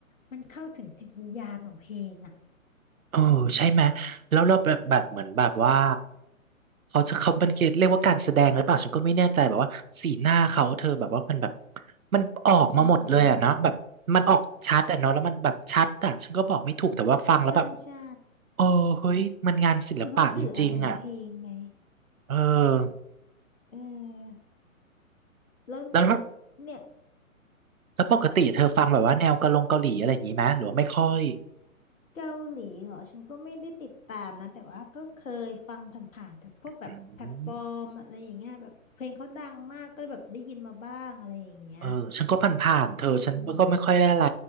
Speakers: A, on the left; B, on the right.
A: มันเข้าถึงจิตวิญญาณของเพลงอ่ะ
B: เออใช่ไหมแล้วเราแบบแบบเหมือนแบบว่าเขาจะเขาบันเกตเรียกว่าการแสดงหรือเปล่าฉันก็ไม่แน่ใจแบบว่าสีหน้าเขาเธอแบบว่ามันแบบมันออกมาหมดเลยอะเนาะแบบมันออกชัดอะเนาะแล้วมันแบบชัดอะฉันก็บอกไม่ถูกแต่ว่าฟังแล้วแบบ
A: อืมอืมใช่ใช่
B: เออเฮ้ยมันงานศิลปะจริงๆอะ
A: คือเขาสื่ออารมณ์เพลงไง
B: เออ
A: เออแล้ว
B: แล้ว
A: เนี่ย
B: แล้วปกติเธอฟังแบบว่าแนวกะลงเกาหลีอะไรอย่างนี้ไหมหรือว่าไม่ค่อย
A: เกาหลีเหรอฉันก็ไม่ได้ติดตามนะแต่ว่าก็เคยฟังผ่านๆจากพวกแบบแพลตฟอร์มอะไรอย่างเงี้ยแบบเพลงเขาดังมากก็เลยแบบได้ยินมาบ้างอะไรอย่างเงี้ย
B: อืม เออฉันก็ผ่านๆ เธอฉันก็ไม่ค่อยได้อะไร
A: อืม